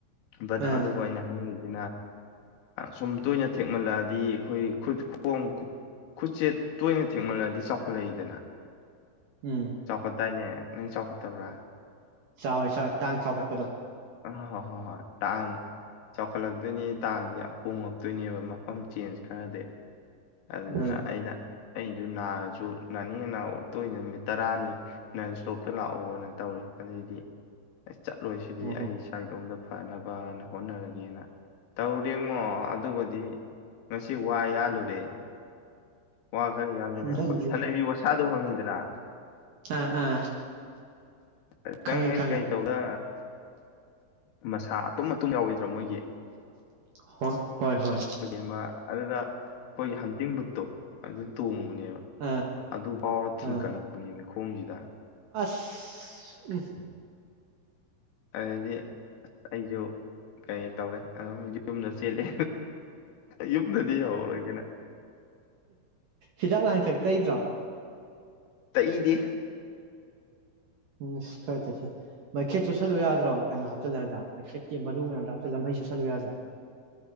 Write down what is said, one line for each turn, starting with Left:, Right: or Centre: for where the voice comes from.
Left: ꯕꯠ
Right: ꯑꯥ
Left: ꯑꯗꯨꯕꯨ ꯑꯩꯅ ꯍꯥꯏꯅꯤꯡꯉꯤꯤꯁꯦ ꯁꯣꯝ ꯇꯣꯏꯅꯥ ꯊꯦꯛꯃꯜꯂꯛꯑꯗꯤ ꯑꯩꯈꯣꯏ ꯈꯨꯠꯣꯡ ꯈꯨꯠꯁꯦ ꯇꯣꯏꯅ ꯊꯦꯛꯃꯜꯂꯛꯑꯗꯤ ꯆꯥꯎꯈꯠꯂꯛꯏꯗꯅ
Right: ꯎꯝ
Left: ꯆꯥꯎꯈꯠꯇꯥꯏꯅꯦ ꯅꯪ ꯆꯥꯎꯈꯠꯇꯕ꯭ꯔꯥ
Right: ꯆꯥꯎꯋꯣꯏ ꯆ ꯇꯥꯡ ꯆꯥꯎꯈꯠꯄꯗꯣ
Left: ꯑꯣꯏ ꯍꯣꯏ ꯍꯣꯏ ꯍꯣꯏ ꯇꯥꯡ ꯆꯥꯎꯈꯠꯂꯛꯇꯣꯏꯅꯦ ꯇꯥꯡꯁꯦ ꯍꯣꯡꯉꯛꯇꯣꯏꯅꯦꯕ ꯃꯐꯝ ꯆꯦꯟꯖ ꯈꯔꯗꯤ ꯑꯗꯨꯗꯨꯅ
Right: ꯎꯝ
Left: ꯑꯩꯅ ꯑꯩꯅ ꯑꯗꯨ ꯅꯥꯔꯁꯨ ꯅꯥꯅꯤꯡ ꯇꯣꯏꯅ ꯅꯨꯃꯤꯠ ꯇꯔꯥꯅꯤ ꯅꯪ ꯏꯁꯇꯣꯛꯇ ꯂꯥꯛꯑꯣꯅ ꯇꯧꯏ ꯑꯗꯩꯗꯤ ꯑꯦ ꯆꯠꯂꯣꯏꯁꯤꯗꯤ
Right: ꯑꯣ
Left: ꯑꯩ ꯁ꯭ꯋꯥꯏꯗꯣꯝꯗ ꯐꯅꯕꯅ ꯍꯣꯠꯅꯔꯒꯦꯅ ꯇꯧ ꯉꯣ ꯑꯗꯨꯕꯨꯗꯤ ꯉꯁꯤ ꯋꯥ ꯌꯥꯜꯂꯨꯔꯦ ꯋꯥ ꯈꯔ ꯌꯥꯗꯣꯏꯅꯦ
Right: ꯅꯪꯁꯦ
Left: ꯑꯩꯈꯣꯏ ꯁꯅꯕꯤ ꯋꯥꯁꯥꯗꯣ ꯐꯪꯉꯤꯗꯅ
Right: ꯑꯥ ꯑꯥ
Left: ꯈꯤꯇꯪ
Right: ꯈꯪꯉꯤ
Left: ꯍꯦꯛ
Right: ꯈꯪꯉꯤ
Left: ꯀꯩ ꯇꯧꯗ ꯃꯁꯥ ꯑꯇꯨꯝ ꯑꯇꯨꯝ ꯌꯥꯎꯈꯤꯣꯏꯗ꯭ꯔꯥ ꯃꯣꯏꯒꯤ
Right: ꯍ ꯍꯣꯏ ꯍꯣꯏ
Left: ꯑꯃ ꯑꯗꯨꯗ ꯑꯩꯈꯣꯏꯒꯤ ꯍꯟꯇꯤꯡ ꯕꯨꯠꯇꯣ ꯑꯗꯨ ꯇꯣꯡꯉ
Right: ꯑꯥ
Left: ꯑꯗꯨ ꯐꯥꯎꯔ ꯊꯤꯟꯀꯠꯂꯛꯄꯅꯦꯕ
Right: ꯑꯥ
Left: ꯄꯨꯝꯁꯤꯗ
Right: ꯑꯁ ꯎꯝ
Left: ꯑꯗꯤ ꯑꯩꯖꯣ ꯀꯩ ꯇꯧꯔꯦ ꯑꯗꯨꯝ ꯌꯨꯝꯗ ꯆꯦꯜꯂꯦ ꯌꯨꯝꯗꯗꯤ ꯌꯥꯎꯔꯒꯅꯦ
Right: ꯍꯤꯗꯥꯛ ꯂꯥꯡꯊꯛ ꯇꯩꯗ꯭ꯔꯥ
Left: ꯇꯩꯗꯦ
Right: ꯎꯝ ꯈꯔ ꯇꯩꯁꯜꯂꯨ ꯃꯈꯦꯠ ꯆꯨꯁꯜꯂꯨ ꯌꯥꯗ꯭ꯔꯣ ꯀꯩꯅꯣ ꯍꯥꯞꯆꯤꯜꯂꯒ ꯃꯩꯈꯦꯠꯀꯤ ꯃꯔꯨ ꯃꯌꯥꯝꯗꯣ ꯍꯥꯞꯆꯜꯂ ꯃꯩ ꯆꯨꯁꯜꯂꯨ ꯌꯥꯗ꯭ꯔꯥ